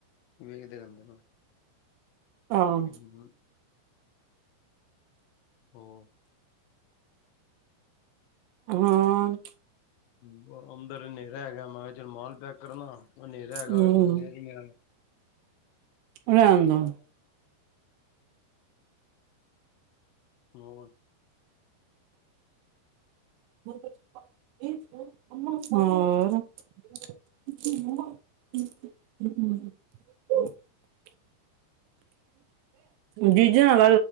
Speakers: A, on the left; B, on the right.
A: ਵੇਖਦੇ ਰਹਿੰਦੇ ਨਾ
B: ਹਾਂ,
A: ਹ ਹਮ ਮ ਹੋਰ
B: ਹਾਂ,
A: ਹਮ <inaudible> ਹਮ <inaudible> ਅੰਦਰ ਹਨੇਰਾ ਹੈਗਾ ਮੈਂ ਕਿਹਾ ਚਲ ਮਾਲ ਪੈਕ ਕਰਨਾ ਉਹ ਹਨੇਰਾ ਹੈਗਾ
B: ਹੂੰ
A: ਕੋਈ ਨਜ਼ਰ ਹੀ ਨਹੀਂ ਆਯਾ
B: ਰਹਿਣ
A: ਕੀ
B: ਦੋ।
A: ਬੋਲਦਾ ਹੋਰ
B: <inaudible> ਹੋਰ <inaudible> ਹਮ ਮ <unintelligible> ਜੀਜਾ